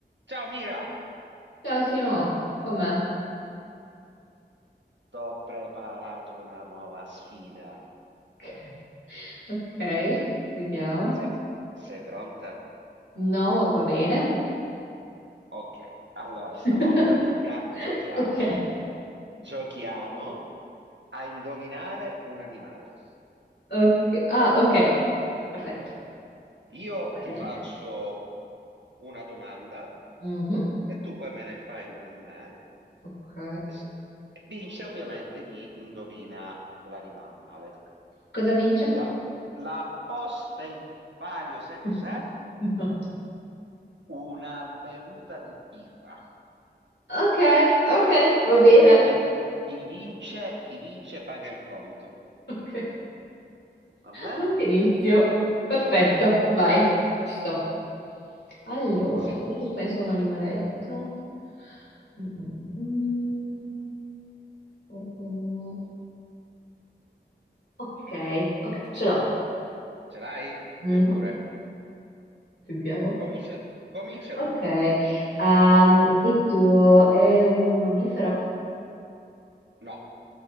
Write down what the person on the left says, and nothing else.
Ciao Simo, com'è?
Ok. Ok, vediamo.
No, ma va bene.
<laughs> No.
Ok,
ok. Ah, ok, perfetto.
Ho presente.
Mhm,
Ok.
Cosa vince?
<laughs> No.
Ok, ok, va
bene.
Ok.
Non ti inizio. Perfetto, vai, ci sto. Allora,
aspettate, penso a un animaletto. Mm, mm, mm, mm. Oh, oh. Ok, ok, ce l'ho.
Mhm.
Sentiamo.
Ok,
ehm, il tuo è un mammifero?